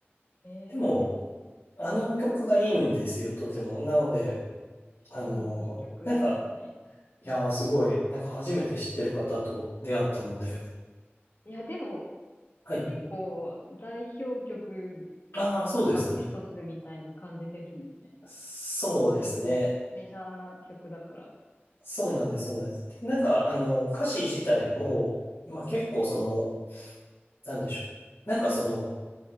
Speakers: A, on the left (about 55°); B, on the left (about 80°).
A: ええ
B: でも、あの曲がいいんですよ、とても。なので、あの、
A: うん、いい曲ですよね。
B: なんか、いやー、
A: うん。
B: すごい、なんか初めて知ってる方と出会ったので、
A: いや、でも、
B: はい。
A: 結構、代表曲の中の一つみたいな感じですもんね。
B: ああ、そうですね。そうですね。
A: 割と、メジャーな曲だから。
B: そうなんです、
A: うん。
B: そうなんです。で、なんか、あの、歌詞自体も、まあ結構その、なんでしょう。なんかその、